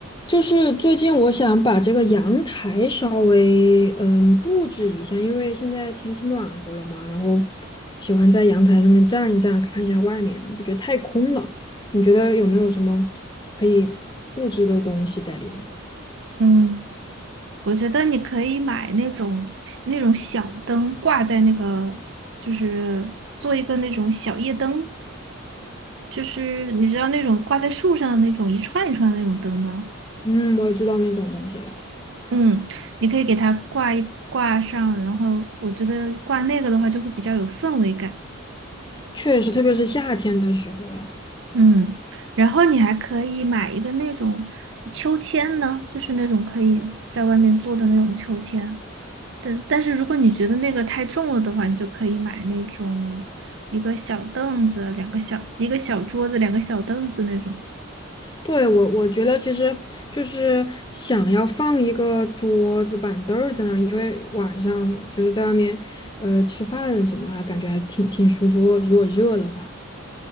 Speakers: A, on the left; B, on the right.
A: 就是最近我想把这个阳台稍微嗯布置一下，因为现在天气暖和了嘛，然后喜欢在阳台上面站一站，看一下外面，我觉得太空了。你觉得有没有什么可以布置的东西在里面？
B: 嗯，我觉得你可以买那种那种小灯，挂在那个，就是做一个那种小夜灯，就是你知道那种挂在树上的那种一串一串的那种灯吗？
A: 嗯，我也知道那种东西了，
B: 嗯，你可以给它挂一挂上，然后我觉得挂那个的话就会比较有氛围感。
A: 确实，特别是夏天的时候啊。
B: 嗯，然后你还可以买一个那种秋千呢，就是那种可以在外面做的那种秋千。但但是如果你觉得那个太重了的话，你就可以买那种一个小凳子、两个小一个小桌子、两个小凳子那种。
A: 对，我我觉得其实就是想要放一个桌子板凳儿在那儿，因为晚上就是在外面，呃，吃饭什么的，感觉还挺挺舒服。如果热的话，